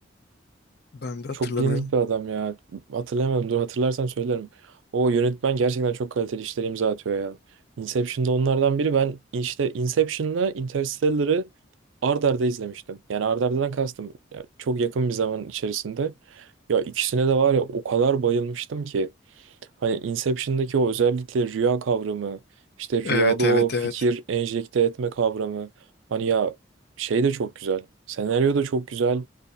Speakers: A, on the left (about 55°); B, on the right (about 80°).
A: Ben de hatırlamıyorum.
B: Çok bilindik bir adam ya. Hatırlayamadım. Dur hatırlarsam söylerim. O yönetmen gerçekten çok kaliteli işler imza atıyor ya. Inception'da onlardan biri. Ben işte Inception'la Interstellar'ı ard arda izlemiştim. Yani ard ardadan kastım. ya çok yakın bir zaman içerisinde. Ya ikisine de var ya o kadar bayılmıştım ki. Hani Inception'daki o özellikle rüya kavramı. işte rüyada
A: Evet
B: o
A: evet
B: fikir
A: evet.
B: enjekte etme kavramı. Hani ya şey de çok güzel. Senaryo da çok güzel